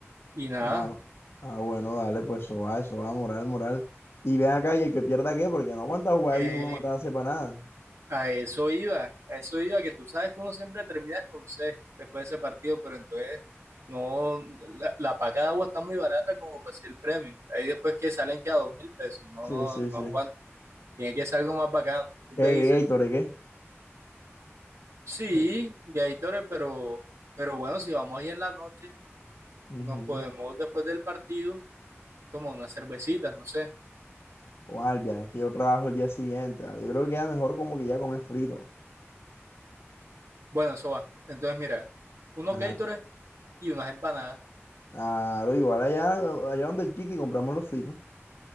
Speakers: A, on the right (about 75°); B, on the left (about 75°).
A: Y nada.
B: Ah, ah, bueno, dale, pues eso va, eso va, moral, moral. Y ven acá y el que pierda qué, porque no aguanta jugar
A: eh,
B: ahí uno matarse para nada.
A: A eso iba, a eso iba, que tú sabes que uno siempre termina con C después de ese partido, pero entonces no, la, la paca de agua está muy barata como para ser el premio. Ahí después que salen que a dos mil pesos, no,
B: Sí,
A: no,
B: sí,
A: no
B: sí.
A: aguanta. Tiene que ser algo más bacano. ¿Tú
B: ¿Qué,
A: qué
B: qué,
A: dices?
B: qué, Tore, qué?
A: Sí,
B: Oye,
A: Gatorade, pero, pero bueno, si vamos ahí en la noche,
B: ujú.
A: nos podemos después del partido tomar unas cervecitas, no sé.
B: Guardia, es que yo trabajo el día siguiente, ¿vale? Yo creo que queda mejor como que ya comer frito.
A: Bueno, eso va. Entonces, mira, unos
B: Ajá.
A: Gatorade y unas empanadas.
B: Claro, igual allá, allá donde el Chiqui compramos los fritos.